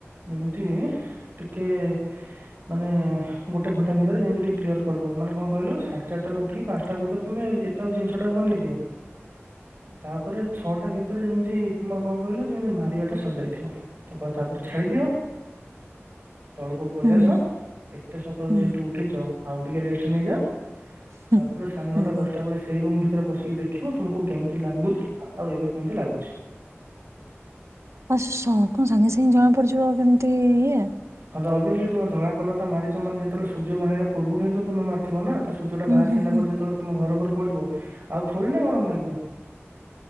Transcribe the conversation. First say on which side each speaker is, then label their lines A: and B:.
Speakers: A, on the right; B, on the right.
A: ଯେମିତି ଟିକେ ମାନେ। ଗୋଟେ ଘଣ୍ଟା ଭିତରେ ଯେମିତି ଟିକେ କ୍ଲିୟର କରିଦବ ମାନେ କଣ କହିଲ ସାଢେ ଚାରିଟାରୁ ଉଠିକି ପାଞ୍ଚଟା ଭିତରେ ତମେ ଏଟାକୁ ଜିନିଷଟା ବନେଇ ଦିଅ। ତାପରେ। ଛଅଟା ଭିତରେ ଯେମିତି ତମର କଣ କହିଲ ଯେମତି ମାରିବା ଟା ସରିଯାଇଥିବ ତ ତାପରେ ଛାଡି ଦିଅ। ତଳକୁ ପଳେଇଆସ
B: ହୁଁ ହୁଁ
A: ଏ ଏତେ ସକାଳୁ
B: ହୁଁ
A: ଯେହେତୁ ଉଠିଛ ଆଉ ଟିକେ ରେଷ୍ଟ ନେଇଯାଅ
B: ହୁଁ
A: ତାପରେ ସାଢ଼େ ନଅଟା
B: ହୁଁ ହୁଁ
A: ଦଶଟା ବେଳେ ସେଇ ରୁମ ଭିତରେ ପଶି ଟିକେ ଦେଖିବ ତୁମକୁ କେମିତି ଲାଗୁଥିଲା ଆଉ ଏବେ କେମିତି ଲାଗୁଛି।
B: <inaudible> କସ କଣ ସାଙ୍ଗେ ସାଙ୍ଗେ ଜଣା ପଡିଯିବ ଆଉ କେମିତି ଇ
A: ହଁ ତ ଅଭିୟସଲି ତୁମେ ଧଳା କଲର ଟା ମାରିଚ ମାନେ ଯେତେବେଳେ ସୂର୍ଯ୍ୟ ବାହାରିବା ପୂର୍ବରୁ ହିଁ ତ ତୁମେ ମାରିଥିବ ନା। ସୂର୍ଯ୍ୟ ଟା
B: ହୁଁ
A: ବାହାରି
B: ହୁଁ
A: ସାରିଲା
B: ହୁଁ
A: ପରେ ଯେତେବେଳେ ତମ ଘର ଉପର ପଡ଼ିବ। ଆଉ ଥୋଡି ନା ଗରମ ଲାଗିବ।